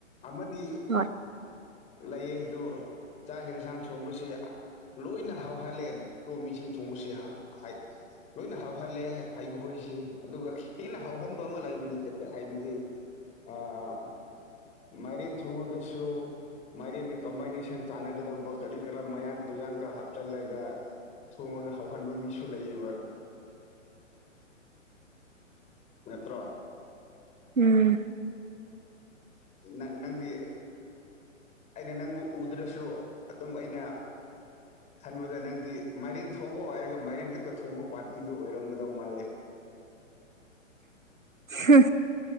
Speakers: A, on the left (about 15°); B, on the right (about 80°).
A: ꯑꯃꯗꯤ
B: ꯍꯣꯏ
A: ꯂꯩꯌꯦ ꯑꯗꯨ ꯆꯥꯛ ꯌꯦꯟꯁꯥꯡ ꯊꯣꯡꯕꯁꯤ ꯂꯣꯏꯅ ꯍꯥꯎꯍꯜꯂꯦ ꯂꯣꯃꯤꯁꯤꯡ ꯊꯣꯡꯕꯕꯁꯤ ꯍꯥꯏ ꯂꯣꯏꯅ ꯍꯥꯎꯍꯜꯂꯦ ꯍꯥꯏꯕ ꯈꯣꯏꯁꯤ ꯑꯗꯨꯒ ꯍꯦꯟꯅ ꯍꯥꯎꯍꯟꯕ ꯑꯃ ꯂꯩꯕꯅꯦ ꯍꯥꯏꯕꯗꯤ ꯑ ꯃꯔꯤꯟ ꯊꯣꯡꯉꯒꯁꯨ ꯃꯥꯏꯔꯤꯦꯟꯒꯤ ꯀꯣꯝꯕꯥꯏꯅꯦꯁꯟ ꯆꯥꯟꯅꯒꯗꯧꯕ ꯀꯔꯤ ꯀꯔꯥ ꯃꯌꯥꯟ ꯇꯨꯌꯥꯟꯒ ꯍꯥꯞꯆꯤꯜꯂꯒ ꯊꯣꯡꯉꯒ ꯍꯥꯎꯍꯟꯕ ꯃꯤꯁꯨ ꯂꯩꯌꯦꯕ ꯅꯇ꯭ꯔꯣ
B: ꯎꯝ
A: ꯅ ꯅꯪꯗꯤ ꯑꯩꯅ ꯅꯪꯕꯨ ꯎꯗ꯭ꯔꯁꯨ ꯑꯗꯨꯝ ꯑꯩꯅ ꯈꯟꯕꯗ ꯅꯪꯗꯤ ꯃꯥꯏꯔꯦꯟ ꯊꯣꯡꯉꯣ ꯍꯥꯏꯔꯒ ꯃꯥꯏꯔꯦꯟ ꯈꯛꯇ ꯊꯣꯡꯕ ꯄꯥꯔꯇꯤꯗꯨ ꯑꯣꯏꯔꯝꯒꯗꯧ ꯃꯥꯜꯂꯦ
B: ꯍ